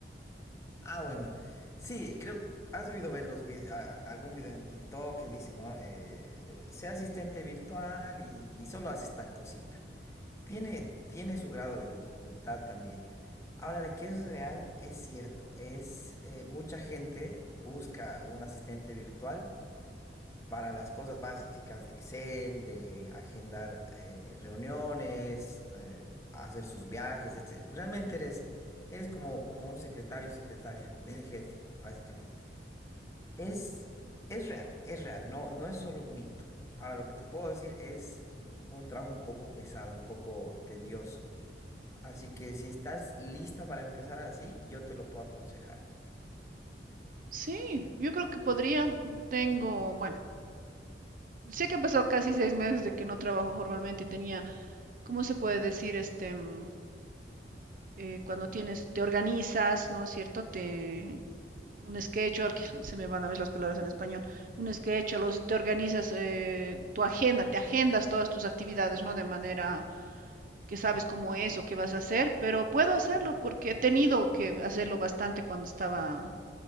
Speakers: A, on the left; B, on the right.
A: Ah, bueno. Sí, creo, has debido ver los vide- a- algún video en TikTok que dice, ¿no? Eh, sea asistente virtual y, y solo haces tal cosita. Tiene, tiene su grado de dificultad también. Ahora, de que es real, es cierto. Es, eh, mucha gente busca un asistente virtual para las cosas básicas de Excel, de agendar eh, reuniones, eh, hacer sus viajes, etc. Realmente eres, eres como, como un secretario o secretaria <laughs> del jefe, básicamente. Es, es real, es real, no, no es solo un mito. Ahora, lo que te puedo decir es un trabajo un poco pesado, un poco tedioso. Así que si estás lista para empezar así, yo te lo puedo aconsejar.
B: Sí, yo creo que podría. Tengo, bueno, sé que han pasado casi seis meses de que no trabajo formalmente y tenía ¿cómo se puede decir? Este, mm, eh, cuando tienes, te organizas, ¿no es cierto? Te, un sketch, al que <laughs> se me van a ver las palabras en español, un sketch, los, te organizas eh, tu agenda, te agendas todas tus actividades, ¿no? De manera que sabes cómo es o qué vas a hacer, pero puedo hacerlo porque he tenido que hacerlo bastante cuando estaba